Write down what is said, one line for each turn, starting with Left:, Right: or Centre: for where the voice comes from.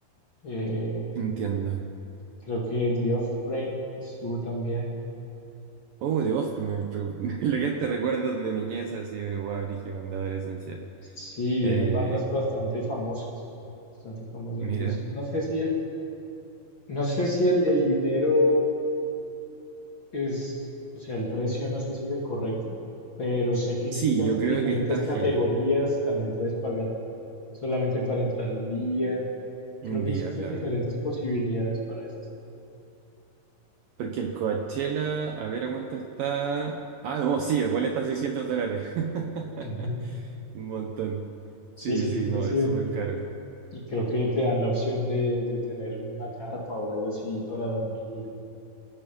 Left: eh,
Right: entiendo.
Left: creo que The Offspring estuvo también.
Right: Oh, de Austin, me lo <laughs> que te recuerdos de niñez, así de guau, brígido, de adolescencia.
Left: Sí, vienen
Right: Eh,
Left: bandas bastante famosas, bastante famosas.
Right: mira,
Left: Entonces, no sé si el No sé si el, el dinero es, o sea, el precio no sé si es el correcto, pero sé que existen
Right: sí, yo creo
Left: diferentes
Right: que está
Left: categorías,
Right: heavy
Left: también puedes pagar solamente para entrar un día.
Right: un
Left: Creo que
Right: día,
Left: existen
Right: claro.
Left: diferentes posibilidades para esto.
Right: Porque el Coachella, a ver a cuánto está. Ah, no, sí, igual está a 600 dólares.
Left: Ujú.
Right: <laughs> Un montón. Sí,
Left: Sí, sí,
Right: sí,
Left: quieres
Right: no, es
Left: ir
Right: súper caro.
Left: y creo que te dan la opción de, de tener una carpa o algo así para dormir ¿no?